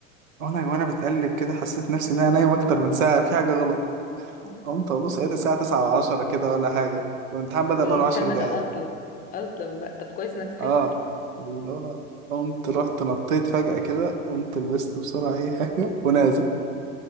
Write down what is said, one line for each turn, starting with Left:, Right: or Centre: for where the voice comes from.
Right: وانا وانا بتقلب كده حسيت نفسي ان انا نايم اكتر من ساعه في حاجه غلط
Left: <laughs>
Right: قمت ابص لقيت الساعه 9 و10 كده ولا حاجه والامتحان بدأ
Left: والامتحان
Right: بقاله 10
Left: بدأ
Right: دقايق
Left: أصلا أصلا بقى طب كويس إنك صحيت
Right: اه اللي هو قمت رحت نطيت فجأة كده قمت لبست بسرعة أي حاجة <laughs> ونازل